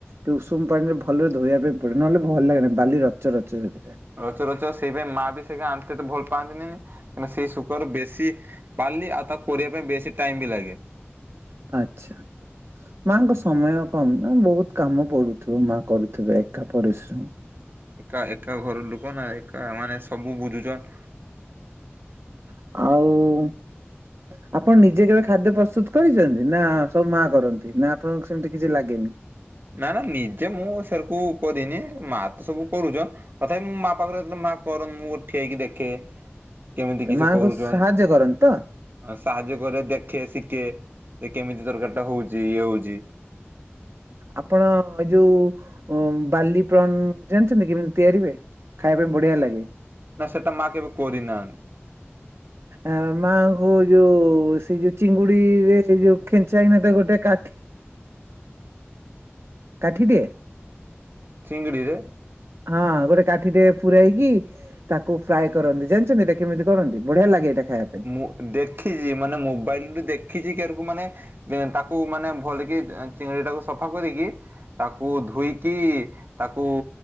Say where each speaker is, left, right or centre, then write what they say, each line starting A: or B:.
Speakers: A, on the right; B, on the right.
A: କି ଉଷୁମ ପାଣିରେ ଭଲରେ ଧୋଇବା ପାଇଁ ପଡେ ନହେଲେ ଭଲ ଲାଗେନ ବାଲି ରଚ ରଚ ସେଥିରେ
B: ରଚ ରଚ ସେଇ ପାଇଁ ମାଆ ବି ସେକା ଆଣତେ ଏତେ ଭଲ ପାଆନ୍ତିନି ନି କାରଣ ସେଇ ଶୁକୁଆର ବେଶୀ ବାଲି ଆଉ ତାକୁ କରିବା ପାଇଁ ବେଶୀ ଟାଇମ ବି ଲାଗେ।
A: ଆଚ୍ଛା। ମାଆଙ୍କ ସମୟ କମ ନା ବୋହୁତ କାମ ପଡୁଥୁବ ମାଆ କରୁଥୁବେ ଏକା ପରିଶ୍ରମ।
B: ଏକା ଏକା ଘର ଲୋକ ନା ଏକା ମାନେ ସବୁ ବୁଝୁଚନ୍।
A: ଆଉ ଆପଣ ନିଜେ କେବେ ଖାଦ୍ୟ ପ୍ରସ୍ତୁତ କରିଚନ୍ତି ନା ସବୁ ମାଆ କରନ୍ତି ନା ଆପଣଙ୍କୁ ସେମିତି କିଛି ଲାଗେନି?
B: ନା ନା ନିଜେ ମୁଁ ସେରକୁ କରିନି ମାଆ ତ ସବୁ କରୁଚନ୍। କଥାପି ମୁଁ ମାଆ ପାଖରେ ଯେତଳେ ମାଆ କରନ୍ ମୁଁ ଠିଆ ହେଇକି ଦେଖେ। କେମିତି
A: ଆଚ୍ଛା
B: କିସ
A: ମାଆଙ୍କୁ
B: କରୁଚନ୍?
A: ସାହାଯ୍ୟ କରନ୍ତି ତ?
B: ଆଉ ସାହାଯ୍ୟ କରେ ଦେଖେ ଶିକେ ଯେ କେମିତି ତରକାରୀଟା ହୋଉଚି ଇଏ ହୋଉଚି।
A: ଆପଣ ଏ ଯୋଉ ଉମ୍ ବାଲି ପ୍ରନ ଜାଣିଚନ୍ତି କେମିତି ତିଆରିି ହୁଏ? ଖାଇବା ପାଇଁ ବଢିଆ ଲାଗେ।
B: ନା ସେଟା ମା କେବେ କରିନାହାନ୍
A: ଆ ମାଆଙ୍କୁ ଯୋଉ ସେ ଯୋଉ ଚିଙ୍ଗୁଡିରେ ଯୋଉ ଖେଞ୍ଚା ହେଇ ନଥାଏ ଗୋଟେ କାଠି କାଠି ଟିଏ
B: ଚିଙ୍ଗିଡିରେ?
A: ହଁ ଗୋଟେ କାଠିଟେ ପୁରାଇକି ତାକୁ ଫ୍ରାଏ କରନ୍ତି ଜାଣିଚନ୍ତି ଏଟା କେମିତି କରନ୍ତି? ବଢିଆ ଲାଗେ ଏଇଟା ଖାଇବା ପାଇଁ।
B: ମୁଁ ଦେଖିଚି ମାନେ ମୋବାଇଲୁ ଦେଖିଚି କି ଏରାକୁ ମାନେ ବେଁ ତାକୁ ମାନେ ଭଲ କିି ଏଁ ଚିଙ୍ଗିଡି ଟାକୁ ସଫା କରିକି ତାକୁ ଧୋଇକି ତାକୁ